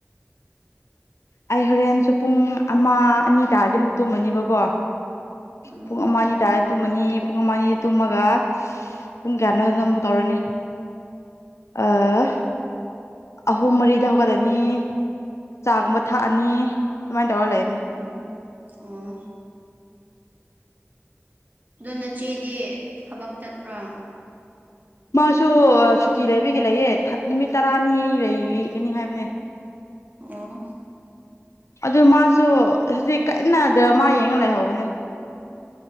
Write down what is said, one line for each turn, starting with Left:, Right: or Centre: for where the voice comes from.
Left: ꯑꯩ ꯍꯣꯔꯦꯟꯁꯨ ꯄꯨꯡ ꯑꯃ ꯑꯅꯤ ꯇꯥꯔꯗꯤ ꯑꯃꯨꯛ ꯇꯨꯝꯃꯅꯤꯕꯀꯣ
Right: ꯎꯝ
Left: ꯄꯨꯡ ꯑꯃ ꯑꯅꯤ ꯇꯥ ꯇꯨꯝꯃꯅꯤ ꯄꯨꯡ ꯑꯃ ꯑꯅꯤ ꯇꯨꯝꯃꯒ ꯄꯨꯡ ꯀꯌꯥꯅꯣꯗꯨꯅ ꯑꯃꯨꯛ ꯇꯧꯔꯅꯤ ꯑꯥ ꯑꯍꯨꯝ ꯃꯔꯤꯗ ꯍꯧꯒꯠꯂꯅꯤ ꯆꯥꯒꯨꯝꯕ ꯊꯛꯑꯅꯤ ꯑꯗꯨꯃꯥꯏꯅ ꯇꯧꯔ ꯂꯩꯕꯅꯤ
Right: ꯎꯝ ꯑꯣ ꯑꯗꯨ ꯅꯆꯦꯗꯤ ꯊꯕꯛ ꯆꯠꯄ꯭ꯔꯥ
Left: ꯃꯥꯁꯨ ꯁꯨꯇꯤ ꯂꯩꯕꯒꯦ ꯂꯩꯌꯦ ꯅꯨꯃꯤꯠ ꯇꯔꯥꯅꯤ ꯂꯩꯒꯅꯤ ꯍꯥꯏꯕꯅꯦ <inaudible>
Right: ꯑꯣ
Left: ꯑꯗꯨ ꯃꯥꯁꯨ ꯍꯧꯖꯤꯛ ꯀꯟꯅ ꯗ꯭ꯔꯥꯃꯥ ꯌꯦꯡꯉ ꯂꯩꯍꯧꯕꯅꯦ